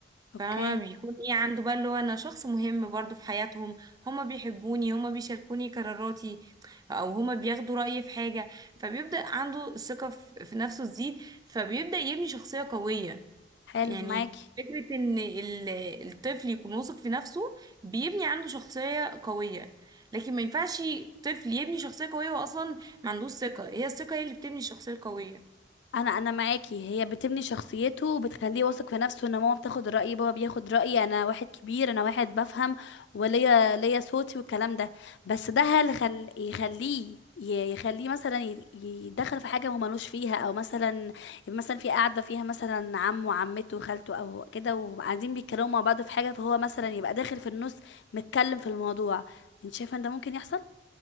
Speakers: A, on the right; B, on the left.
A: فما
B: اوكي
A: بيكون ايه عنده بقى اللي هو انا شخص مهم برضو في حياتهم هما بيحبوني هما بيشاركوني قراراتي او هما بياخدوا رايي في حاجه فبيبدا عنده الثقه في في نفسه تزيد فبيبدا يبني شخصيه قويه
B: حلو
A: يعني
B: معاكي
A: فكرة إن ال- الطفل يكون واثق في نفسه بيبني عنده شخصية قوية لكن ما ينفعش طفل يبني شخصية قوية وأصلا ما عندوش ثقة هي الثقة هي اللي بتبني الشخصية القوية
B: انا انا معاكي هي بتبني شخصيته وبتخليه واثق في نفسه ان ماما بتاخد رايي بابا بياخد رايي انا واحد كبير انا واحد بفهم وليا ليا صوتي والكلام ده بس ده هل خل... يخليه ي- يخليه مثلا ي- يدخل في حاجه هو ملوش فيها او مثلا مثلا في قاعده فيها مثلا عمه وعمته وخالته او كده وقاعدين بيتكلموا مع بعض في حاجه فهو مثلا يبقى داخل في النص متكلم في الموضوع انت شايفه ان ده ممكن يحصل